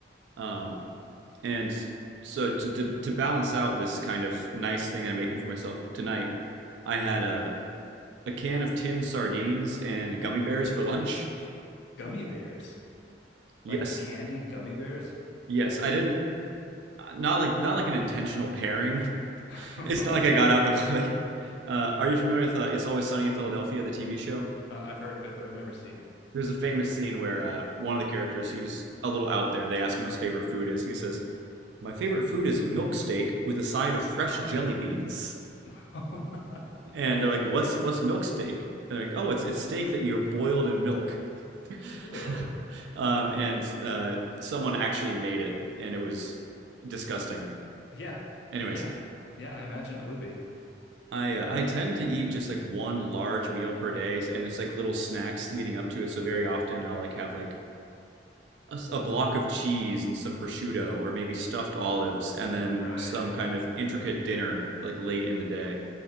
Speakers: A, on the right; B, on the left.
A: Um, and so to, to to balance out this kind of nice thing I'm making for myself tonight, I had a uh, a can of tin sardines and gummy bears for lunch?
B: Gummy bears.
A: Yes.
B: like the candy gummy bears.
A: Yes. I didn't not like not like an intentional pairing. <laughs>
B: <laughs>
A: It's not like I
B: right?
A: got out the <laughs> plate. Uh, are you familiar with uh, It's Always Sunny in Philadelphia, the TV show?
B: uh, I've heard of it, but I've never seen
A: There's a famous scene where uh, one of the characters who's a little out there, they ask him what his favorite food is, and he says, "My favorite food is milk steak with a side of fresh jelly beans."
B: it. <laughs>
A: And
B: okay.
A: they're like, "What's what's milk steak?" And they're like, "Oh, it's it's steak that you're boiled in milk." <laughs>
B: Ugh.
A: um, and uh, someone actually made it, and it was disgusting.
B: Yeah,
A: Anyways,
B: yeah, yeah. I imagine it would be.
A: I uh,
B: Uh,
A: I tend to eat just like one large meal per day, and it's like little snacks leading up to it. So very often I'll like have like a a block of cheese and some prosciutto, or maybe stuffed olives, and then
B: right,
A: some kind of
B: right.
A: intricate dinner like late in the day.